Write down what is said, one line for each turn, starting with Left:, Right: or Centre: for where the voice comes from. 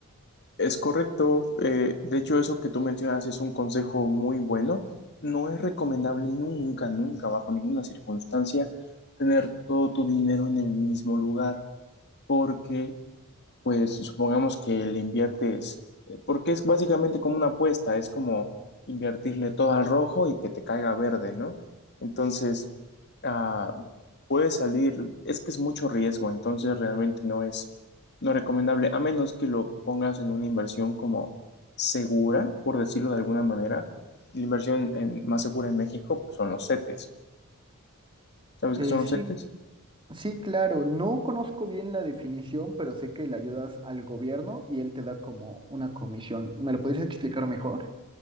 Left: Es correcto. eh, de hecho, eso que tú mencionas es un consejo muy bueno. No es recomendable nunca, nunca, bajo ninguna circunstancia, tener todo tu dinero en el mismo lugar, porque pues supongamos que le inviertes, eh, porque es básicamente como una apuesta, es como invertirle todo al rojo y que te caiga verde, ¿no? Entonces, ah, puede salir, es que es mucho riesgo, entonces realmente no es, no recomendable, a menos que lo pongas en una inversión como segura, por decirlo de alguna manera. Y La inversión en- más segura en México, pues, son los CETES. ¿Sabes
Right: Eh,
Left: qué son
Right: sí,
Left: los CETES?
Right: Sí, claro, no conozco bien la definición, pero sé que le ayudas al gobierno y él te da como una comisión. ¿Me lo podrías explicar mejor?